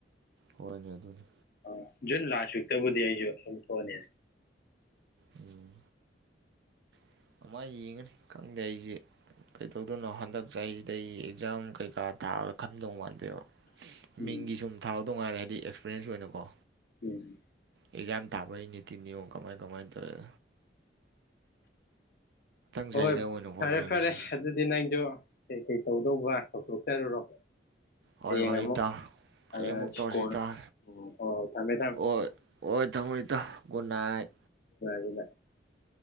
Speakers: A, on the right; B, on the left.
A: ꯍꯣꯏꯅꯦ ꯑꯗꯨꯗꯤ꯫
B: ꯑ ꯖꯨꯟ ꯂꯥꯁ ꯋꯤꯛꯇꯕꯨꯗꯤ ꯑꯩꯁꯨ ꯌꯨꯝ ꯊꯣꯛꯑꯅꯤ꯫
A: ꯎꯝ <unintelligible> ꯌꯦꯡꯉꯅꯤ ꯈꯪꯗꯦ ꯑꯩꯁꯦ ꯀꯩꯗꯧꯗꯣꯏꯅꯣ ꯍꯟꯗꯛ ꯆꯍꯤꯁꯤꯗ ꯑꯩꯒꯤ ꯑꯦꯛꯖꯥꯝ ꯀꯩꯀꯥ ꯊꯥꯔꯒ ꯈꯟꯗꯧ ꯃꯥꯟ <unintelligible>
B: ꯎꯝ
A: ꯃꯤꯡꯒꯤ ꯁꯨꯝ ꯊꯥꯎ ꯅꯨꯡꯉꯥꯏꯔꯦ ꯍꯥꯏꯗꯤ ꯑꯦꯛꯁꯄꯤꯔꯦꯟꯁ ꯑꯣꯏꯅꯀꯣ
B: ꯎꯝ
A: ꯑꯦꯛꯖꯥꯝ ꯊꯥꯕꯩꯅꯤꯇꯤꯅꯤꯌꯣ ꯀꯃꯥꯏ ꯀꯃꯥꯏꯅ ꯇꯧꯋꯦ꯫ ꯆꯍꯤꯗ
B: ꯍꯣꯏ
A: ꯑꯣꯏꯅ ꯍꯣꯠꯅꯔꯒꯦꯁꯤꯅꯤ
B: ꯐꯔꯦ ꯐꯔꯦ ꯑꯗꯨꯗꯤ ꯅꯪꯖꯨ ꯀꯩ ꯀꯩ꯫ <unintelligible> ꯇꯧꯊꯣꯛꯆꯔꯨꯔꯣ꯫
A: ꯍꯣꯏ
B: ꯍꯌꯦꯡ
A: ꯍꯣꯏ
B: ꯑꯃꯨꯛ
A: ꯏꯇꯥꯎ
B: ꯁꯥꯟꯅꯔꯁꯤ
A: ꯍꯌꯦꯡ ꯑꯃꯨꯛ ꯇꯧꯔꯁꯤ
B: ꯀꯣꯟꯅ
A: ꯏꯇꯥꯎ
B: ꯎꯝ ꯍꯣꯏ ꯊꯝꯃꯦ ꯊꯝꯃꯦ
A: ꯍꯣꯏ ꯍꯣꯏ ꯇꯝꯃꯣ ꯏꯇꯥꯎ ꯒꯨꯠ ꯅꯥꯏꯠ꯫
B: <unintelligible>